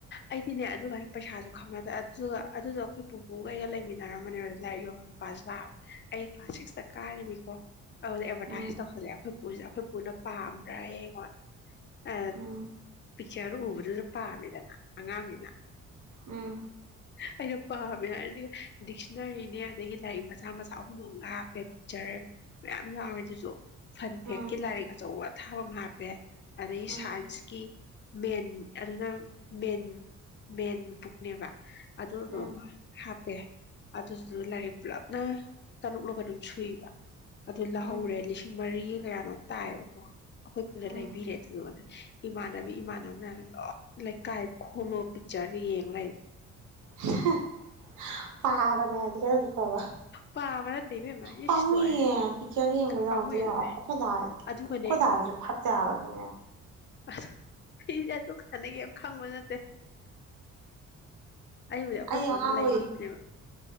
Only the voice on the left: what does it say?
ꯑꯩꯗꯤꯅꯦ ꯑꯗꯨ ꯀꯥꯟꯅ ꯄꯩꯁꯥꯁꯨ ꯈꯪꯅꯗ꯭ꯔꯦ ꯑꯗꯨꯒ ꯑꯗꯨꯗꯣ ꯑꯩꯈꯣꯏ ꯄꯨꯄꯨꯒꯩꯒ ꯂꯩꯃꯤꯟꯅꯔꯝꯕꯅꯦꯕ ꯂꯥꯏꯔꯤꯛ ꯌꯣꯟꯕ ꯅꯨꯄꯥꯁ ꯂꯥꯛꯑꯕ ꯑꯩ ꯀ꯭ꯂꯥꯁ ꯁꯤꯛꯁꯇ ꯀꯥꯔꯤꯅꯤꯀꯣ ꯑꯦꯚꯔꯇꯥꯏꯖ
ꯇꯧꯍꯜꯂꯦ ꯑꯩꯈꯣꯏꯁ ꯑꯩꯈ ꯄꯨꯅ ꯄꯥ ꯑꯃꯔ ꯑꯩ ꯃꯅ ꯑ
ꯑ ꯆꯤꯌꯥꯔ ꯎꯕꯗꯨꯁꯨ ꯄꯥꯝꯃꯤꯗꯅ ꯑꯉꯥꯡꯅꯤꯅ
ꯑꯩꯅ ꯄꯥꯝꯃꯦ ꯍꯥꯏꯔꯗꯤ ꯗꯤꯛꯁꯅꯔꯤꯅꯦ ꯑꯗꯒꯤ ꯂꯥꯏꯔꯤꯛ ꯃꯆꯥ ꯃꯆꯥ ꯑꯍꯨꯝ ꯑꯃ ꯂ ꯍꯥꯞꯄꯦ ꯄꯤꯛꯆꯔ ꯃꯌꯥꯝ ꯌꯥꯎꯋꯦ ꯑꯗꯨꯁꯨ ꯐꯟ ꯐꯦꯛꯀꯤ
ꯂꯥꯏꯔꯤꯛ ꯑꯆꯧꯕ ꯊꯥꯕ ꯑꯃ ꯍꯥꯞꯄꯦ ꯑ ꯑꯩ
ꯁꯥꯏꯟꯁꯀꯤ ꯃꯦꯟ ꯑꯗꯨꯅ ꯃꯦꯟ ꯃꯦꯟ ꯕꯨꯛꯅꯦꯕ ꯑꯗ ꯔꯃꯥ
ꯍꯥ ꯑꯦꯦ ꯑꯗꯨꯗꯨꯗ ꯂꯥꯏꯔꯤꯛ ꯄꯨꯂꯞꯅ ꯇꯔꯨꯛꯂꯒ ꯑꯗꯨꯝ ꯁꯨꯏꯕ ꯑꯗꯨ ꯂꯧꯍꯧꯔꯦ
ꯂꯤꯁꯤꯡ ꯃꯔꯤ ꯀꯌꯥꯅꯣ ꯇꯥꯏꯌꯦꯕꯀꯣ ꯑꯩꯈꯣꯏ ꯄꯨꯔꯥ
ꯂꯩꯕꯤꯔꯦ ꯑꯗꯨꯒ ꯏꯃꯥꯟꯅꯕꯤ ꯏꯃꯥꯟꯅꯕ ꯃꯌꯥꯝ ꯂ ꯂꯩꯀꯥꯏ ꯈꯣꯃꯒ ꯄꯤꯛꯆꯔ ꯌꯦꯡ ꯂꯩꯕ
ꯄꯥꯕ ꯅꯠꯇꯦ ꯏꯕꯦꯝꯃ
ꯏꯁ ꯂꯣꯏꯔꯦ
ꯄꯥꯝꯃꯨꯏ
ꯑꯗꯨꯅꯦ
ꯑꯗꯨꯒꯅꯦ
ꯑꯁ ꯑꯩꯁꯦ ꯑꯗꯨ ꯍꯥꯟꯅꯒ ꯌꯥꯝ ꯈꯪꯕ ꯅꯠꯇꯦ ꯑꯩꯕꯨꯗꯤ ꯑꯩꯈꯣꯏ
ꯄꯣꯠꯇ
ꯂꯩꯕꯤꯕꯅꯦꯕ